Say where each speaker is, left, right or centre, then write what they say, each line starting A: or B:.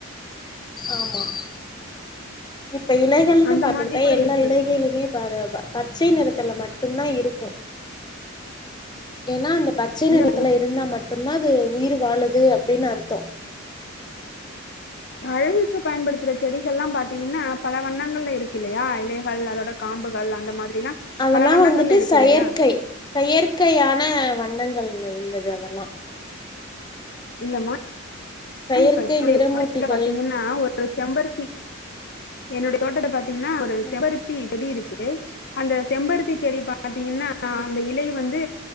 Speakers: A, on the left (about 20°); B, on the left (about 50°).
A: ஆமா இப்ப இலைகள்னு
B: அந்த
A: பாத்துக்கிட்டா
B: மாதிரி கூட
A: எல்லா
B: இருக்கு
A: இலைகளுமே பாரு பச்சை நிறத்துல மட்டு்தா இருக்கும் ஏன்னா அந்த பச்சை
B: இல்ல
A: நிறத்துல இருந்தா மட்டும்தா அது உயிர் வாழுது அப்டின் அர்த்தம்
B: அழகுக்கு பயன்படுத்துற செடிகள்ல்லா பாத்தீங்கன்னா பல வண்ணங்கள்ல இருக்கு இல்லயா இலைகள் அதோட காம்புகள் அந்த மாதிரிலா
A: அதெல்லா
B: பல வண்ணங்கள்ல
A: வந்துட்டு
B: இருக்கு
A: செயற்கை
B: இல்லையா
A: செயற்கையான வண்ணங்கள் உள்ளது அதெல்லா
B: இல்லம்மா
A: செயற்கை
B: இப்ப என்னுடைய
A: நிறமூட்டிகள்
B: தோடத்துல பாத்தீங்கன்னா ஒரு செம்பருத்தி என்னுடைய தோட்டத்த பாத்தீங்கன்னா ஒரு
A: ம்
B: செம்பருத்தி செடி இருக்கு அந்த செம்பருத்தி செடி பாத்தீங்கன்னா
A: ம்
B: அந்த இலை வந்து